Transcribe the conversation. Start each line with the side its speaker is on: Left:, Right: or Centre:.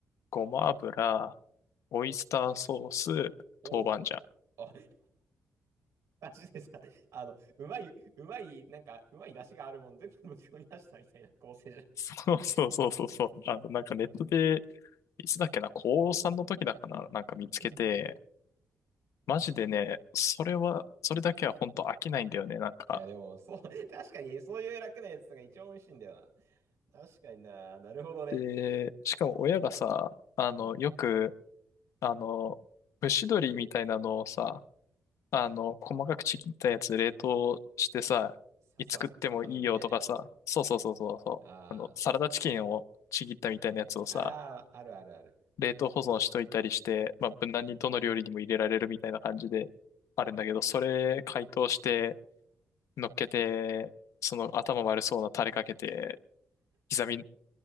Left: ごま油、オイスターソース、
Right: おお。
Left: 豆板醤。
Right: あ、<laughs> マジでさ、あの、うまい、うまい、なんか、うまい出汁があるもん全部ぶち込み出したみたいな構成じゃん。
Left: そうそうそうそうそう。あの、なんかネットで、いつだっけな、高さんの時だかな、
Right: うん
Left: なんか見つけて、
Right: <laughs>
Left: マジでね、それは、それだけは本当飽きないんだよね、なんか。
Right: いや、でも、そう、<laughs> 確かに、そういう楽なやつが一番美味しいんだよな。確かにな、なるほどね。
Left: で、しかも親がさ、あの、
Right: うん。
Left: よく、あの、蒸し鶏みたいなのをさ、あの、細かくちぎったやつ冷凍してさ、
Right: ささみ、
Left: いつ食ってもいいよとかさ、
Right: ささみみたいなやつ。
Left: そうそうそうそうそう、
Right: あ
Left: あの、サラダチキンをちぎったみたいなやつをさ、
Right: あ、ああ、あるあるある。
Left: 冷凍保存しといたりして、まあ、無難にどの料理にも入れられるみたいな感じであるんだけど、それ解凍して乗っけて、その頭悪そうなタレかけて、刻み、